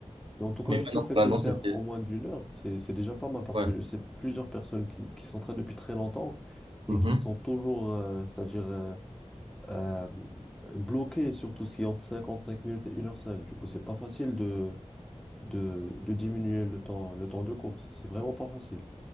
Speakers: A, in the centre; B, on the right (about 50°).
A: Mais en tout cas,
B: mais
A: juste
B: ouais, non,
A: le fait
B: voilà,
A: de le
B: non,
A: faire
B: c'était.
A: en moins d'une heure, c'est c'est déjà pas mal parce
B: Ouais.
A: que je sais plusieurs personnes qui, qui s'entraînent depuis très longtemps et
B: Mhm.
A: qui sont toujours, euh, c'est-à-dire euh, euh, bloqué sur tout ce qui est entre 55 minutes et une heure cinq Du coup, c'est pas facile de, de, de diminuer le temps, le temps de course. C'est vraiment pas facile.